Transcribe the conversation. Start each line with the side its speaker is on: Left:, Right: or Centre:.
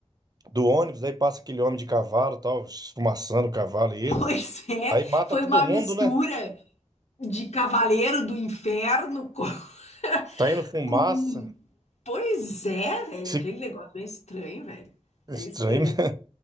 Right: do ônibus, daí passa aquele homem de cavalo, tal, esfumaçando o cavalo e ele.
Left: Pois <laughs> é,
Right: Aí mata
Left: foi
Right: todo
Left: uma
Right: mundo,
Left: mistura
Right: né?
Left: de Cavaleiro do Inferno com, <laughs>
Right: Tá indo fumaça.
Left: com- Pois é, velho,
Right: Que se-
Left: aquele negócio meio estranho, velho.
Right: Estranho,
Left: Meio estranho.
Right: né?